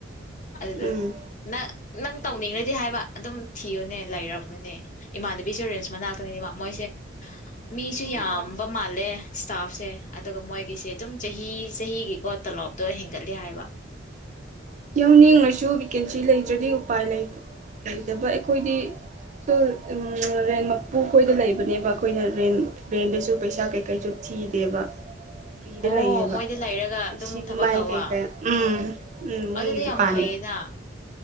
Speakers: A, on the left; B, on the right.
A: ꯑꯗꯨꯗ
B: ꯎꯝ
A: ꯅꯪ ꯅꯪ ꯇꯧꯅꯤꯡꯔꯗꯤ ꯍꯥꯏꯕ ꯑꯗꯨꯝ ꯊꯤꯌꯨꯅꯦ ꯂꯩꯔꯝ ꯅꯦ ꯏꯃꯥꯟꯅꯕꯤꯁꯨ ꯔꯤꯝꯁ ꯃꯅꯥꯥꯛꯇꯅꯤꯕ ꯃꯣꯏꯁꯦ ꯃꯤꯁꯨ ꯌꯥꯝꯕ
B: ꯑꯣ
A: ꯃꯥꯜꯂꯦ ꯁ꯭ꯇꯥꯐꯁꯦ ꯑꯗꯨꯒ ꯃꯣꯏꯒꯤꯁꯦ ꯑꯗꯨꯝ ꯆꯍꯤ ꯆꯍꯤꯒꯤꯀꯣ ꯇꯞ ꯂꯣꯞꯇꯣ ꯍꯦꯟꯒꯠꯂꯤ ꯍꯥꯏꯕ
B: <inaudible> ꯌꯥꯎꯅꯤꯡꯂꯁꯨ ꯚꯦꯀꯦꯟꯁꯤ ꯂꯩꯇ꯭ꯔꯗꯤ ꯎꯄꯥꯏ ꯂꯩꯇ ꯂꯩꯇꯕ ꯑꯩꯈꯣꯏꯗꯤ ꯁꯨꯝ ꯎꯝ ꯔꯦꯟ ꯃꯄꯨ ꯈꯣꯢꯗꯨ ꯂꯩꯕꯅꯦꯕ ꯑꯩꯈꯣꯏꯅ ꯔꯦꯟ ꯔꯦꯟꯗꯁꯨ ꯄꯩꯁꯥ ꯀꯩꯀꯩꯁꯨ ꯊꯤꯗꯦꯕ ꯐ꯭ꯔꯤꯗ
A: ꯑꯣ
B: ꯂꯩꯌꯦꯕ
A: ꯃꯣꯏꯗ ꯂꯩꯔꯒ
B: ꯏꯁꯤꯡ
A: ꯑꯗꯨꯝ ꯊꯕꯛ
B: ꯃꯩ
A: ꯇꯧꯋ
B: ꯀꯩꯀ ꯎꯝ ꯎꯝ ꯃꯣꯏꯒꯤ
A: ꯑꯗꯨꯗꯤ
B: ꯗꯨꯀꯥꯟ
A: ꯌꯥꯝ ꯐꯩꯌꯦꯅ